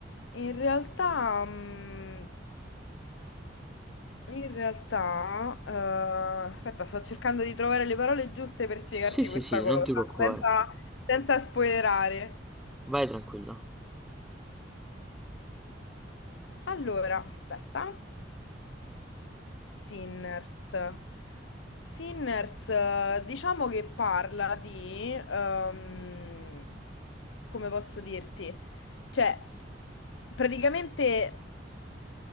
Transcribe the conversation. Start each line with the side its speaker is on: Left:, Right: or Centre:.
Left: In realtà, mm, in realtà, eh, aspetta, sto cercando di trovare le parole giuste per spiegarti
Centre: Sì, sì,
Left: questa
Centre: sì,
Left: cosa,
Centre: non ti preoccupare.
Left: senza, senza spoilerare.
Centre: Vai tranquilla.
Left: Allora, aspetta, Sinners. Sinners, eh, diciamo che parla di, ehm, come posso dirti? Cioè, praticamente